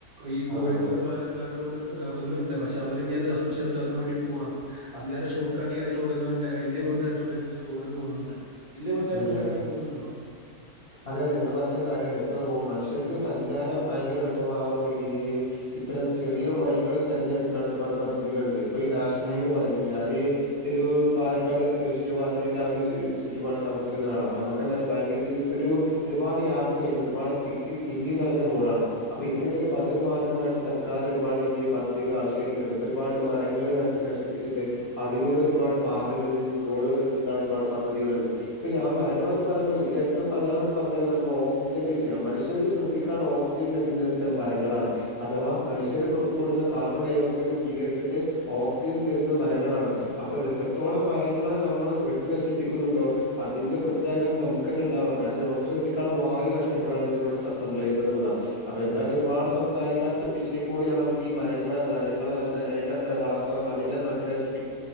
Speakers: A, on the right; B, on the left.
A: ഈ കോഴിക്കോട്
B: ആ ആ
A: പാലക്കാട് റോഡ് ഒന്ന്ണ്ട് പഷേ സവറിഞ്ഞത് അതും ചെറുതാക്കാ വേണ്ടി പോവാണ് അതിലേറെ ഷോർട്ട് കട്ട് ഏത് റോഡ്ന്ന് പറഞ്ഞ്ട്ട് അയ്ന്റെ റോഡിന്റെ അട്ത്തൂടൊക്കെങ്ങെനെ റോഡ് പോകുന്നുണ്ട് നിന്റെ വീടിന്റെ
B: ശര്യ
A: അടുത്തൂടെ അങ്ങനെ പോകുന്നുണ്ടോ
B: അതെ അതെ ഇങ്ങള് പറഞ്ഞ കാര്യാണ് ഇപ്പൊ റോ മനുഷ് ഇവർക്ക് സഞ്ചാരം ഭയങ്കെര എളുപ്പമാവാൻ വേണ്ടി <unintelligible> ഇത്തരം ചെറിയ വൈകള് തെരഞ്ഞെടുക്കാള്ളൊരു പാട് പദ്ധതികൾണ്ട് ഇപ്പൊ ഈ നാഷണൽ ഹൈവേ പറഞ്ഞു ഇപ്പ ഞാന് ഇ ഒരു പാലക്കാട് ദേശീയപാതന്റെ ആഹ ഒരു <unintelligible> ഒരുപാട് താമസിക്കുന്ന ഒരാള അപ്പമ്മക്കന്നെറിയ ഭയങ്കെരതിള്ള <unintelligible> ഒരുപാട് യാത്ര ചെയ്യണ്ട ഒരുപാട് തിക്കി തിങ്ങി നെറഞ്ഞ റോഡാണ് അപ്പൊ ഇതിനൊക്കെ ഒരു ബദൽ മാർഗമായിട്ട് സർക്കാർ ഒരുപാട് രീതിൽ പദ്ധതികൾ ആവിഷ്കരിക്കുണ്ട് ഇപ്പൊ ഒരുപാട് മരങ്ങള് നശിപ്പിച്ചിട്ട് അതിലൂടെ ഒരുപാട് പാതകള് റോഡുകൾ നിർഞ്ഞിക്കുള്ള ഒരുപാട് പദ്ധതികള്ണ്ട് ഇപ്പൊ ഞാൻ മരങ്ങളെ പറ്റി പറയ്മ്പോ ഇതിൽ ഏറ്റവും പ്രധാനപ്പെട്ട് പറയേണ്ട നമ്മള് ഓക്സിജന്റെ വിഷ്യയം മനുഷ്യർക്ക് ശ്വസിക്കാള്ള ഓക്സിജൻ നൽക്ന്നത് ഇത്തരം മരങ്ങളാണ് അഥവാ മനുഷ്യർ പുറത്തു വിടുന്ന കാർബൺഡെഓക്സൈഡിനെ സ്വീകരിച്ചിട്ട് ഓക്സിജൻ തെരുന്നത് മരങ്ങളാണ് അപ്പൊ എത്രത്തോളം മരങ്ങളെ നമ്മള് വെട്ടി നശിപ്പിക്കുന്നുണ്ടോ അതിന്റെ പ്രത്യാകത നമുക്ക ന്നെണ്ടാവ കാരണം നമക്ക് ശ്വസിക്കാൻള്ള വായു നഷ്ടപ്പെടാണ് ഇതിനോണ് സംഭവിക്കുന്നുള്ള അപ്പൊ
A: അതെ
B: എന്തായാലും
A: അതെ
B: ഒരുപാട് സംസാരിക്കാത്ത ഒരു വിഷ്യയ കൂടിയാണ് നമുക്ക് ഈ മരങ്ങള് മരങ്ങളെ
A: ഉം,
B: അയ്നെ വളർത്തണം അതിനെ നട്ട് നശി